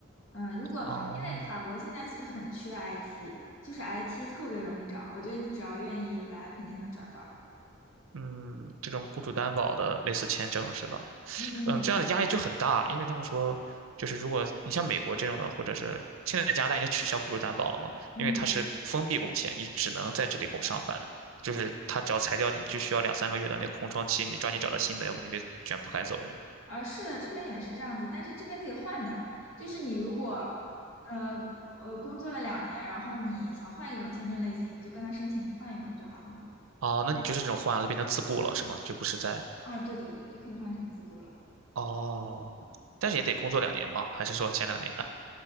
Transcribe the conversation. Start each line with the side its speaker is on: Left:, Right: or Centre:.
Left: 嗯，如果因为法国现在其实很缺
Right: 哦，
Left: IT，就是 IT 特别容易找，我觉得你只要愿意来，肯定能找到。
Right: 嗯，这种雇主担保的类似签证是吧？
Left: 嗯，
Right: 嗯，这样的压力就很大，因为他们说，就是如果你像美国这种的，或者是现在加拿大已经取消雇主担保了嘛，
Left: 嗯，
Right: 因为它是封闭工签，你只能在这里工上班，就是他只要裁掉你，你就需要两三个月的那个空窗期，你抓紧找到新的，要不你得卷铺盖走人。
Left: 啊，是的，这边也是这样子，但是这边可以换的，就是你如果，呃呃，工作了两年，然后你想换一种签证类型，你就跟他申请，你换一种就好了嘛。
Right: 哦，那你就是这种换了，就变成自雇了是吗？就不是在
Left: 啊，对对对，就可以换成自雇了。
Right: 哦，但是也得工作两年吗？还是说前两年？